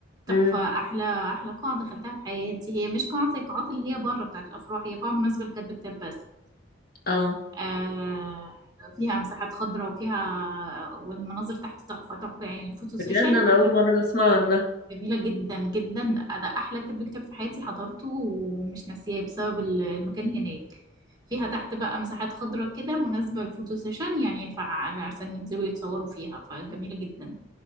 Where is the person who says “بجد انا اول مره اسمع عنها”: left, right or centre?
Left